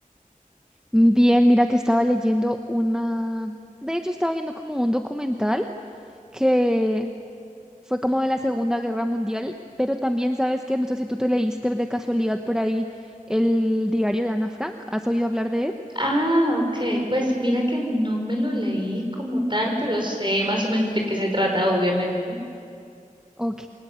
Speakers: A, in the centre; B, on the right.
A: Mm, Bien, mira que estaba leyendo una... De hecho, estaba viendo como un documental que fue como de la Segunda Guerra Mundial, pero también sabes que, no sé si tú te leíste de casualidad por ahí el diario de Ana Frank. ¿Has oído hablar de él?
B: Ah, ok, pues mira que no me lo leí como tal, pero sé más o menos de qué se trata, obviamente.
A: Ok,